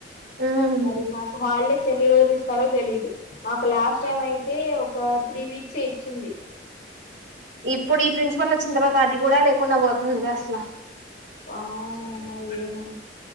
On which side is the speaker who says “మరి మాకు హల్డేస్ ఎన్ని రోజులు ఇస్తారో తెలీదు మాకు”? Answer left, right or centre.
Left